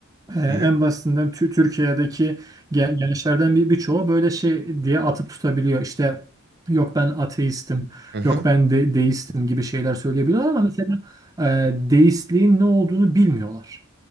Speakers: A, on the right (about 15°); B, on the right (about 50°).
A: ee, En
B: Hı hı.
A: basitinden Tü- Türkiye'deki gen- gençlerden bir birçoğu böyle şey diye atıp tutabiliyor. İşte yok ben ateistim,
B: Hı hı.
A: yok ben de deistim gibi şeyler söyleyebiliyorlar ama mesela e, deistliğin ne olduğunu bilmiyorlar.